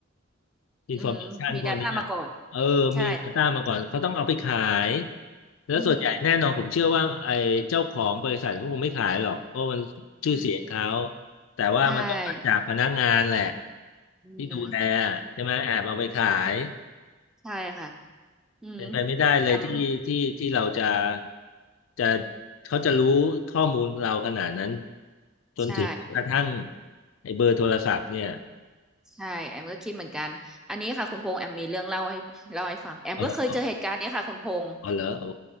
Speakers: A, on the left; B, in the centre.
A: อินฟอร์เมชันพวกนี้อ่ะเออมี
B: อืมมี Data มาก่อนใช่
A: Data มาก่อนเขาต้องเอาไปขายแล้วส่วนใหญ่แน่นอนผมเชื่อว่าไอ้เจ้าของบริษัทเขาคงไม่ขายหรอกเพราะมันชื่อเสียงเขา
B: อืมอืม
A: แต่ว่ามันต้องมาจากพนักงานแหละ
B: ใช่อืม
A: ที่ดูแลใช่ไหมแอบเอาไปขาย
B: ใช่ค่ะอืม
A: เป็นไปไม่ได้เลยที่ที่ที่เราจะ
B: แอม
A: จะเขาจะรู้ข้อมูลเราขนาดนั้นจนถึงกระทั่ง
B: ใช่
A: ไอ้เบอร์โทรศัพท์เนี่ย
B: ใช่แอมก็คิดเหมือนกันอันนี้ค่ะคุณพงษ์แอมมีเรื่องเล่าให้เล่าให้ฟังแอมก็เคยเจอเหตุการณ์เนี้ยค่ะคุณพงษ์
A: เออเออเหรอโอ้